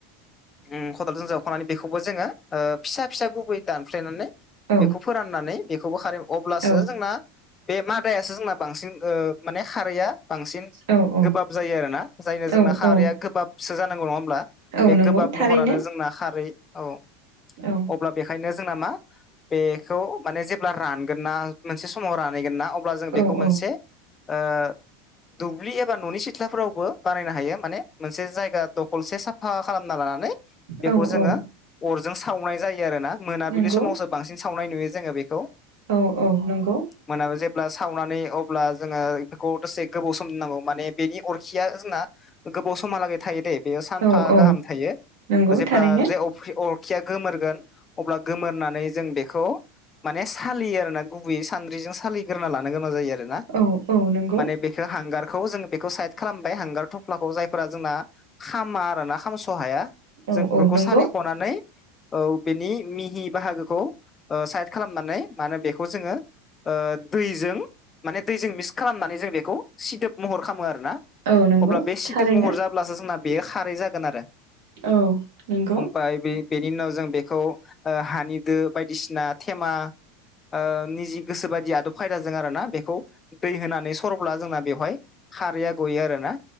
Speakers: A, on the left; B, on the right.
A: उ खदालजों जाव खनानै बेखौबो जोङो ओ फिसा फिसा गुबै दानफ्लेनानै
B: औ
A: बेखौ फोराननानै बेखौबो खारै अब्लासो
B: औ
A: जोंना बे मादायासो जोंना बांसिन ओ माने खारैया बांसिन
B: औ
A: गोबाब जायो आरोना जायनो जोंना
B: औ
A: खारैया
B: औ
A: गोबाबसो जानांगौ नङा होमब्ला
B: औ
A: बे
B: नंगौ
A: गोबाब
B: थारैनो
A: महरानो जोंना खारै औ
B: औ
A: अब्ला बेखायनो जोंना मा बेखौ माने जेब्ला रानगोन ना मोनसे समाव रानहैगोन ना अब्ला जों बेखौ
B: औ
A: मोनसे
B: औ
A: ओ दुब्लि एबा न'नि सिथ्लाफोरावबो बानायनो हायो माने मोनसे जायगा दखलसे साफा खालामना लानानै
B: औ
A: बेखौ जोङो
B: औ
A: अरजों सावनाय जायो आरो ना मोनाबिलि
B: नंगौ
A: समावसो बांसिन सावनाय नुयो जोङो बेखौ
B: औ औ नोंगौ
A: मोना जेब्ला सावनानै अब्ला जोङो बेखौ दसे गोबाव सम नांगौ माने बेनि अरखिया जोंना गोबाव समहालागै थायो दे बेयो सानफा
B: औ औ
A: गाहाम थायो
B: नंगौ थारैनो
A: अब्ला जे अ <unintelligible> अरखिया गोमोरगोन अब्ला गोमोरनानै जों बेखौ माने सालियो आरोना गुबैयै सान्द्रिजों सालिग्रोना लानो गोनां जायो आरो ना
B: औ औ नंगौ
A: माने बे बेखौ हांगारखौ जोङो बेखौ साइद खालामबाय हांगार थफ्लाखौ जायफोरा जोंना खामा आरोना खामस' हाया
B: औ
A: जों बेफोरखौ
B: औ नंगौ
A: सालिख'नानै औ बेनि मिहि बाहागोखौ ओ साइद खालामनानै मानो बेखौ जोङो ओ दैजों माने दैजों मिक्स खालामनानै जों बेखौ सिदोब महर खामो आरोना
B: औ नंगौ
A: अब्ला बे सिदोब
B: थारैनो
A: महर जाब्लासो जोंना बेयो खारै जागोन आरो
B: औ नंगौ
A: ओमफाय बेनि उनाव जों बेखौ ओ हानि दो बायदिसिना थेमा ओ निजि गोसो बादि आदब खायदाजों आरो ना बेखौ दै होनानै सरब्ला जोंना बेवहाय खारैया गयो आरो ना